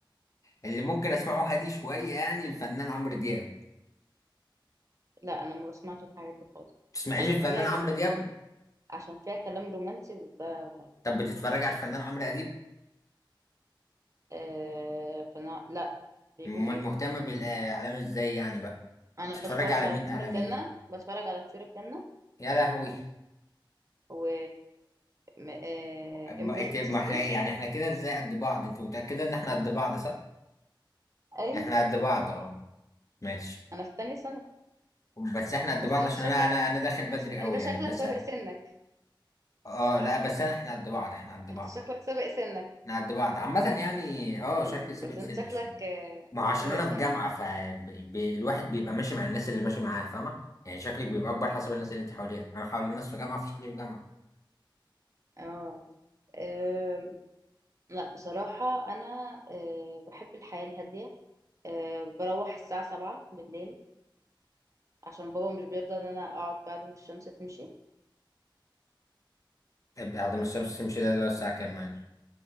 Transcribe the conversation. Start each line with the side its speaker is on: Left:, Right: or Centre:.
Left: اللي ممكن اسمعه هادي شوية يعني الفنان عمرو دياب
Right: لا انا ما بسمعش الحاجات دي خالص
Left: تسمعيش
Right: عشان
Left: الفنان
Right: فيها
Left: عمرو
Right: ك...
Left: دياب
Right: عشان فيها كلام رومانسي وده ما ينفعش
Left: طب بتتفرج على الفنان عمرو اديب
Right: آه فانا لا بيقول
Left: امال
Right: ايه
Left: مهتمة بالاعلام ازاي يعني بقى
Right: انا
Left: بتتفرج
Right: بتفرج
Left: على
Right: على
Left: مين
Right: طيور
Left: اعلاميين
Right: الجنة بتفرج على طيور الجنة
Left: يا لهوي
Right: و م- آه،
Left: ما
Right: ام بي
Left: إنت-
Right: سي
Left: ما
Right: 3
Left: احنا يعني احنا كده ازاي قد بعض انت متأكدة ان احنا قد بعض صح
Right: ايوه
Left: احنا قد بعض اه ماشي
Right: انا في تانية ثانوي
Left: بس احنا قد
Right: بس
Left: بعض
Right: انت
Left: عشان
Right: شكلك
Left: انا انا انا داخل بدري
Right: انت
Left: قوي
Right: شكلك
Left: يعني بس
Right: سابق
Left: انا
Right: سنك
Left: اه لا بس انا احنا قد بعض احنا قد بعض
Right: انت شكلك سابق سنك
Left: احنا قد بعض عامة يعني اه
Right: مم،
Left: شكلي سابق
Right: بس
Left: سني
Right: انت شكلك
Left: شوية
Right: آه،
Left: ما هو عشان
Right: سابق
Left: انا
Right: سنك
Left: في جامعة فالواحد بيبقى ماشي مع الناس اللي ماشي معاها فاهمة يعني شكلك بيبقى اكبر حسب الناس اللي انت حواليها انا حوالي الناس في جامعة فشكلي في جامعة
Right: اه آم، لا بصراحة انا آه، بحب الحياة الهادية آه، بروح الساعة سبعة بالليل عشان بابا مش بيرضى ان انا اقعد بعد ما الشمس تمشي
Left: طيب، بعد ما الشمس تمشي ده اللي هو الساعة كام معلش